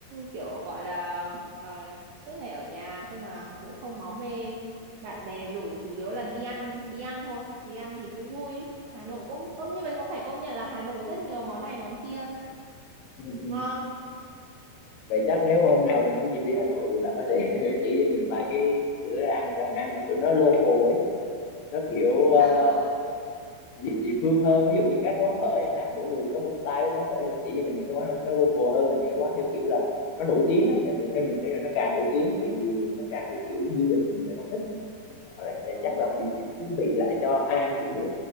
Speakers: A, on the right; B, on the left.
A: kiểu gọi là à, suốt ngày ở nhà không à cũng không máu mê bạn bè rủ chủ yếu là đi ăn đi ăn thôi đi ăn thì cũng vui Hà Nội cũng cũng như mình cũng phải công nhận là Hà Nội rất nhiều món này món kia
B: Ừ, ừ.
A: ngon
B: Vậy chắc nếu mà hôm nào mình có dịp đi Hà Nội thì bạn có thể <laughs> chỉ cho mình vài cái cửa ăn, cái hàng ăn mà kiểu nó local ấy, nó
A: ừ,
B: kiểu
A: chắc
B: ờ,
A: chắn rồi
B: địa, địa phương hơn, ví dụ như các quán phở chẳng hạn, mỗi người thì có một style các quán phở nhưng mà chỉ cho mình những cái quán nó local hơn là những cái quán theo kiểu là nó nổi tiếng á, tại vì theo mình nghĩ là nó càng nổi tiếng thì nó càng theo kiểu du lịch thì mình lại không thích. họ lại sẽ
A: đúng
B: chắc
A: đúng
B: là họ điều chỉnh cái vị lại cho ai ăn cũng được